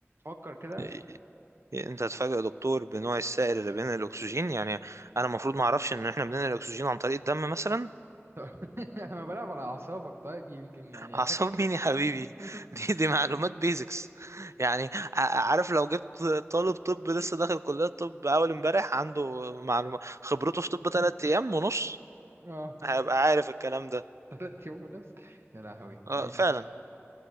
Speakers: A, on the right (about 60°); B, on the right (about 80°).
A: فكر كده
B: إيه، أنت هتفاجئ دكتور بنوع السائل اللي بينقل الأكسجين يعني أنا المفروض ما أعرفش إن إحنا بننقل الأكسجين عن طريق الدم مثلا
A: <laughs> أنا بلعب على أعصابك طيب يمكن يعني
B: أعصاب
A: أشكك كده.
B: مين يا حبيبي
A: <laughs>
B: <laughs> دي دي معلومات بيزكس يعني ع- عارف لو جبت طالب طب لسه داخل كلية طب أول امبارح عنده معلومة خبرته في طب تلات أيام ونص
A: اه
B: هيبقى عارف الكلام ده
A: تلات يوم ونص يا لهوي
B: اه
A: ماشي
B: فعلا